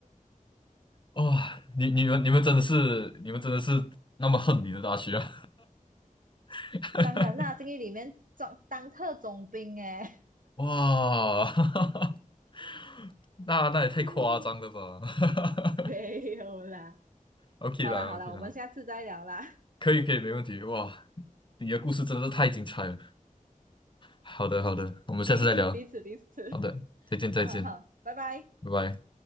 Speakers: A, on the left (about 35°); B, on the right (about 70°).
A: 哇，你你们你们真的是你们真的是那么恨你的大学啊？<laughs>
B: 当然啦，监狱里面总当特种兵哎、
A: 哇，<laughs> 那那也太夸张了吧
B: <laughs> 没有啦。
A: <laughs>？OK
B: 好啦好啦，
A: 啦，OK
B: 我们下次再聊啦，
A: 啦，可以可以，没问题。哇，你的故事真的是太精彩了。好的好的，我们下次再聊。
B: 彼此彼此彼此，
A: 好的，再见再见，
B: 好好好，拜拜。
A: 拜拜。